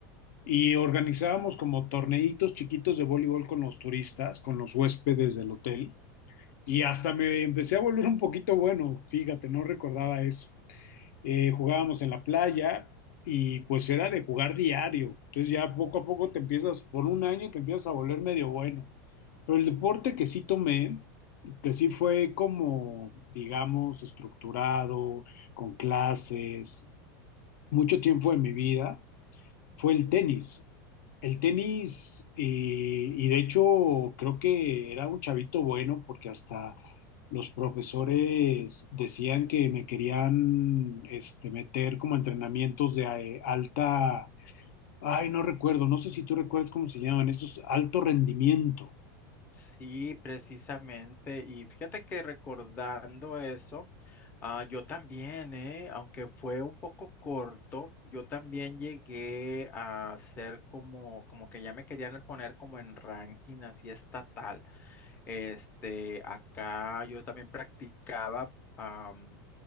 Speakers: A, on the left (about 65°); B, on the left (about 15°).
A: y organizábamos como torneitos chiquitos de voleibol con los turistas, con los huéspedes del hotel. Y hasta me empecé a volver un poquito bueno, fíjate, no recordaba eso. Eh, jugábamos en la playa y pues era de jugar diario. Entonces ya poco a poco te empiezas, por un año te empiezas a volver medio bueno. Pero el deporte que sí tomé, que sí fue como, digamos, estructurado, con clases, mucho tiempo de mi vida, fue el tenis. El tenis, y, y de hecho creo que era un chavito bueno porque hasta los profesores decían que me querían este, meter como a entrenamientos de eh, alta, ay, no recuerdo, no sé si tú recuerdas cómo se llaman, estos alto rendimiento.
B: Sí, precisamente. Y fíjate que recordando eso, ah, yo también, eh, aunque fue un poco corto, yo también llegué a ser como, como que ya me querían poner como en ranking así estatal. Este, acá yo también practicaba, am,